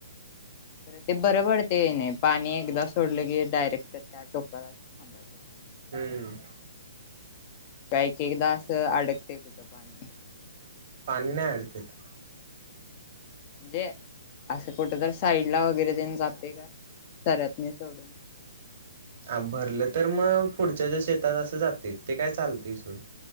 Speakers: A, on the left (about 35°); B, on the right (about 50°).
A: तर ते बरं पडते नाही पाणी एकदा सोडलं की डायरेक्ट त्या टोकाला थांबायचं
B: हम्म
A: काही क एकदा असं अडकते कुठं पाणी
B: पाणी नाही अडकत
A: म्हणजे असं कुठ तर साईड ला वगैरे देन जाते का सरात नाही सोडून
B: हा भरलं तर मग पुढच्याच्या शेतात असं जाते ते काय चालते इ सड